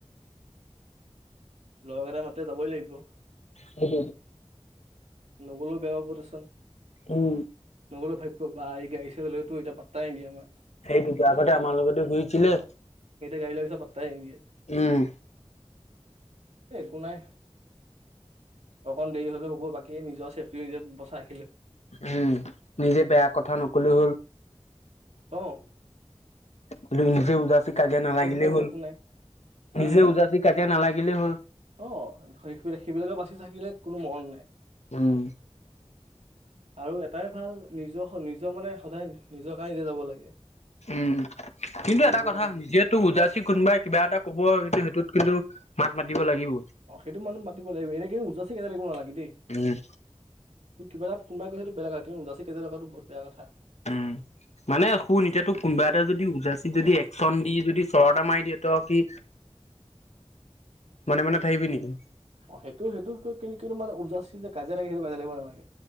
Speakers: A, on the right; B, on the left.
A: লগৰ কেইটাই মাতে যাবই লাগিব-
B: হ
A: নগলেও বেয়া পাব দেচোন
B: উম।
A: নগলে ভাবিব বা এই গাড়ীখন লৈতো এতিয়া পাতাই নিদিয়ে আমাক।
B: সেইটোতো আগতে আমাৰ লগতে ঘূৰিছিলে
A: গাড়ি লোৱা পাছত পাত তাই নিদিয়ে।
B: উম
A: একো নাই। অকণ দেৰি হলে হ'ব বাকী সেই নিজৰ চেফটি নিজে বচায়
B: উম, নিজে বেয়া কথা নকলে হল
A: অহ।
B: কি নিজে উদাসি কাজিয়া নালাগিলেই
A: নগ'লে
B: হল,
A: একো নাই হা
B: নিজে
A: হা
B: উদাসি কাজিয়া নালাগিলেই হল।
A: অ সেইবিলাকে বাচি থাকিলে কোনো মৰম নাই।
B: উম।
A: আৰু এটাই ভাল নিজৰ, নিজৰ মানে সদায় নিজৰ গাড়ীতে যাব লাগে।
B: উম। কিন্তু
A: কিবা
B: এটা
A: নিজৰ
B: কথা
A: কামত
B: নিজেতো উজাইছি কোনোবাই কিবা এটা কব কিন্তু সেইটোত কিন্তু মাত মাতিব লাগিব
A: অ সেইটো মানুহ মাতিব লাগিব এনে কি উঠ জাচি কে লাগিব নালাগে দেই
B: উম
A: কিবা এটা কোন বেলেগ কথা কিন্ত উঠ‌ জাতি কেজ লগাটো বহুত বেয়া কথা
B: উম মানে শুন এতিয়াতো কোনোবা এটা যদি উৎজাচি যদি একচন দি যদি চৰ এটা মাৰি দিয়ে তই কি মনে মনে থাকিবি নেকি?
A: অ সেইটো সেইটো কিন্ত মানে উজাচি যে কাজীয়া লাগে সেইটো কাজীয়া লাগিব নালাগে।